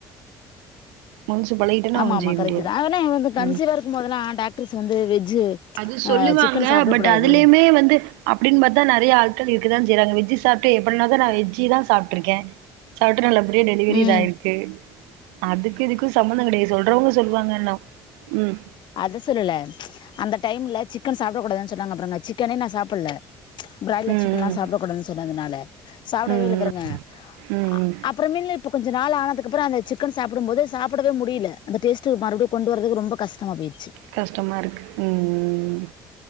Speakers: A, on the right; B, on the left.
A: ஒன்ஸு பழகிட்டோனா
B: ஆமா
A: ஒன்னு
B: ஆமா
A: செய்ய
B: கரெக்ட்டுதா
A: முடியாது
B: அதல்லா வந்து கன்சீவாரு
A: ம்
B: க்கும்போதல்லா டாக்டருஸ் வந்து வெஜ்ஜு
A: அது
B: ஆ
A: சொல்லுவாங்க
B: சிக்கன் சாப்பிடக்
A: பட்
B: கூடாது
A: அதலயுமே வந்து அப்டின்பாத்தா நறைய ஆள்கள் இருக்கதா செய்றாங்க வெஜ்ஜி சாப்ட்டு எப்பனாதா நா வெஜ்ஜிதா சாப்ட்ருக்கே சாப்ட்டு நல்லபடியா டெலிவெரி
B: ம்
A: இதாய்ருக்கு அதுக்கு இதுக்கு சம்மந்தோ கெடயாது சொல்றோங்க சொல்வாங்கன்னோ ம்
B: அத சொல்லல அந்த டைம்ல சிக்கன் சாப்ட கூடாதுன் சொன்னாங்க அப்றோ நா சிக்கனே நா சாப்புல பிராய்லர்
A: ம்
B: சிக்கன்லா சாப்ட கூடாதுன் சொன்னதுனால சாப்டவேல்ல
A: ம் ம்
B: பாருங்க
A: ம் ம்
B: அ
A: ம்
B: அப்றமேலு இப்ப கொஞ்ச நாள் ஆனதுக்கப்றோ அந்த சிக்கன் சாப்டும்போது சாப்டவே முடில அந்த டேஸ்ட்டு மறுப்டியு கொண்டு வர்றதக்கு ரொம்ப கஷ்டமா போய்ருச்சு
A: கஷ்டமாருக்கு ம் ம் ம்